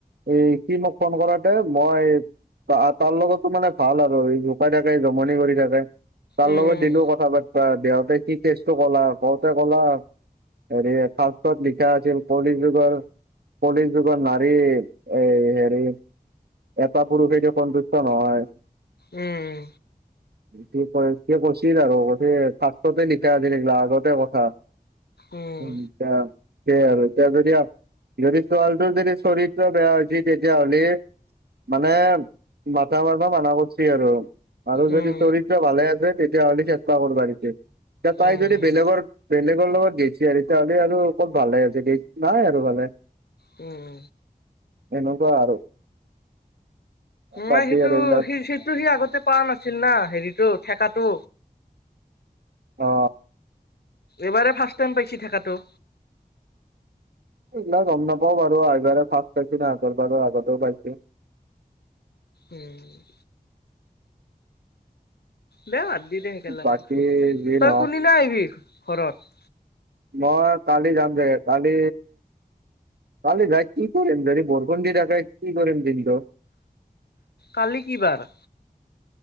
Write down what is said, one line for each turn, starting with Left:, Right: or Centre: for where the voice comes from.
Right: এই সি মোক ফোন কৰাতে মই তা-তাৰ লগতো মানে ভাল আৰু জোকাই থাকে জমনি কৰি থাকে। তাৰ
Left: উম
Right: লগত দিলো কথা পাতবা দেওতে সি কেচটো ক'লা কওঁতে ক'লা হেৰি শাস্ত্ৰত লিখা আছিল কলি যুগৰ কলি যুগৰ নাৰী এ হেৰি এটা পুৰুষেই দিয়ক সন্তুষ্ট নহয়।
Left: উম
Right: সি কয় সি কৈছিল আৰু <unintelligible> আগতে কথা। <unintelligible>
Left: উম
Right: সেয়া আৰু এতিয়া যদি- যদি ছোৱালীটোৰ যদি চৰিত্ৰ বেয়া হৈছি তেতিয়া হলি মানে মাথা মাৰবা মানা কৰিছি আৰু আৰু যদি
Left: উম উম
Right: চৰিত্ৰ ভালে আছে তেত তেতিয়া হ'লে ফেচলা কৰিব দিদে তাই
Left: উম।
Right: যদি বেলেগৰ- বেলেগৰ লগত গেইছি আৰু এতিয়া‌ হলে আৰু ক'ত ভালে আছে গেই নাই আৰু ভালে।
Left: উম,
Right: এনেকুৱা আৰু বাদ
Left: নাই
Right: দি
Left: সেইটো
Right: আৰু এইবিলাক
Left: সি সেইটো সি আগতে পোৱা নাছিল না হেৰিতটো ঠেকাটো
Right: অ
Left: এইবাৰে ফাৰ্ষ্ট টাইম পাইছি থাকটো
Right: এইবিলাক গম নাপাও বাৰু আগাৰে ফাৰ্ষ পাইছে আগাৰ বাৰ আগতেও পাইছে
Left: উম দে বাত দি দে সেই কেলাটো
Right: বাকী যি
Left: তই
Right: নহওক
Left: কোনদিনা আহিবি ঘৰত
Right: মই কালি যাম দেগে কালি কালি যাই কি কৰিম যদি বৰষুণ দি থাকে কি কৰিম দিনটো
Left: কালি কি বাৰ?